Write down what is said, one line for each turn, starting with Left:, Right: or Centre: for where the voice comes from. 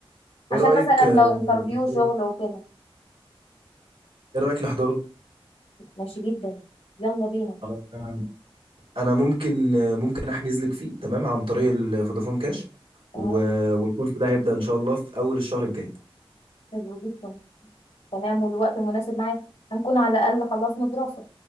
Left: عشان
Right: ايه رأيك
Left: مثلا
Right: آه،
Left: لو انترفيو
Right: نحضره
Left: شغل وكده
Right: ايه رأيك نحضره
Left: ماشي جدا يلا بينا
Right: خلاص تمام انا ممكن آه، ممكن احجز لك فيه تمام عن طريق الفودافون كاش
Left: تمام
Right: و... والكورس ده هيبدأ ان شاء الله في اول الشهر الجاي
Left: حلو جدا تمام والوقت المناسب معاك هنكون على الاقل خلصنا دراسة